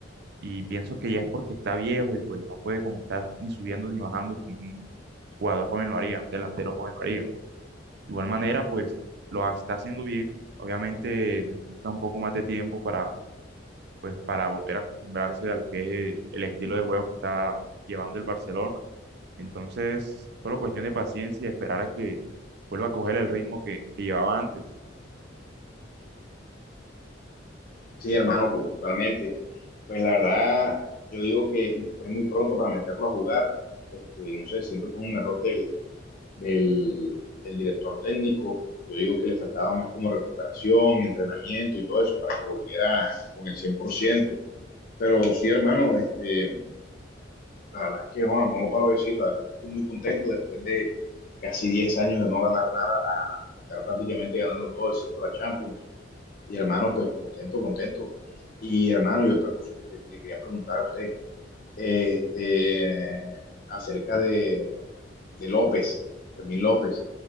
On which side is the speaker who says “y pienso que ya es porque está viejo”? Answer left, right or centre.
Right